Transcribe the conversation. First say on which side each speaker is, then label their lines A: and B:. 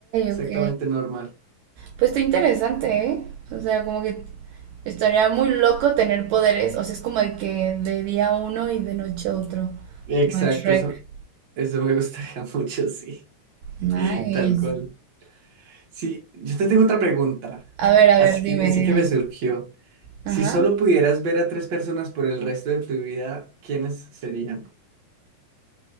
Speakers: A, on the right; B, on the right.
A: Exactamente
B: ok.
A: normal.
B: Pues está interesante, ¿eh? O sea, como que estaría muy loco tener poderes. O sea, es como de que de día uno y de noche otro.
A: Exacto,
B: Como en Shrek.
A: eso, eso me gustaría <laughs> mucho, sí. <laughs>
B: Nice.
A: Tal cual. Sí, yo te tengo otra pregunta.
B: A ver, a
A: Así
B: ver, dime,
A: que, así
B: dime.
A: que me surgió. Si
B: Ajá.
A: solo pudieras ver a tres personas por el resto de tu vida, ¿quiénes serían?